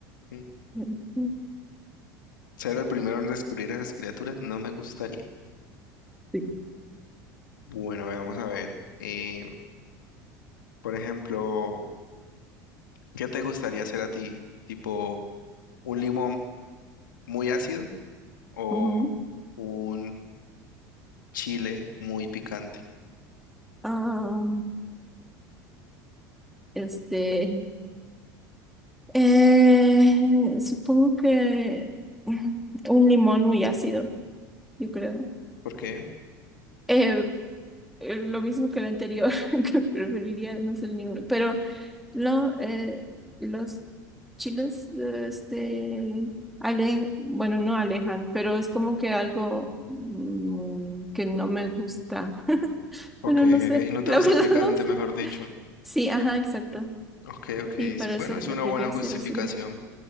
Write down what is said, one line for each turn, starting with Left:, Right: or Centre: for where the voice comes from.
Left: Mm.
Centre: <laughs> Ujú.
Left: Ser el primero en descubrir esas criaturas no me gustaría.
Centre: Sí.
Left: Bueno, vamos a ver. eh, por ejemplo, ¿Qué te gustaría hacer a ti? ¿Tipo un limón muy ácido o
Centre: Ujú.
Left: un chile muy picante?
Centre: Ah, este, eh, supongo que mm, un limón muy ácido, yo creo.
Left: ¿Por qué?
Centre: Eh, eh, lo mismo que el anterior, <laughs> que preferiría no ser ninguno. Pero no, eh, los chiles, este, ale, bueno, no alejan, pero es como que algo mm, que no me gusta. <laughs>
Left: Ok,
Centre: Bueno,
Left: <laughs>
Centre: no sé,
Left: y no te
Centre: la
Left: gusta
Centre: verdad
Left: el picante,
Centre: <laughs> no sé.
Left: mejor dicho.
Centre: Sí, ajá, exacto.
Left: Ok, ok,
Centre: Y para
Left: sí, bueno,
Centre: eso
Left: es
Centre: preferiría
Left: una buena justificación,
Centre: ser así. ¿no?